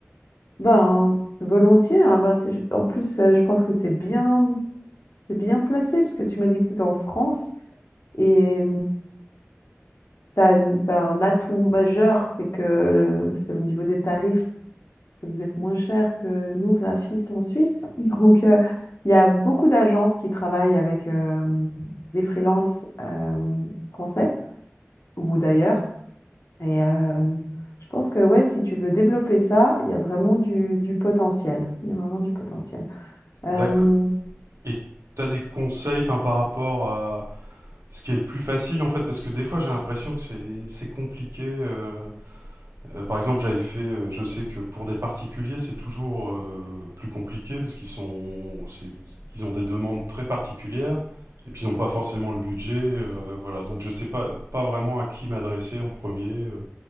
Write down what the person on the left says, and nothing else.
Ben, volontiers. hein. Ben, c'est- en plus, euh, je pense que tu es bien, t'es bien placé parce que tu m'as dit que tu étais en France et tu as, un atout majeur, c'est que le- c'est au niveau des tarifs que vous êtes moins cher que nous, graphistes en Suisse. <laughs> Donc, euh, il y a beaucoup d'agences qui travaillent avec euh, des freelances euh, français ou d'ailleurs. Et euh, je pense que ouais, si tu veux développer ça, il y a vraiment du du potentiel. Il y a vraiment du potentiel. Euh,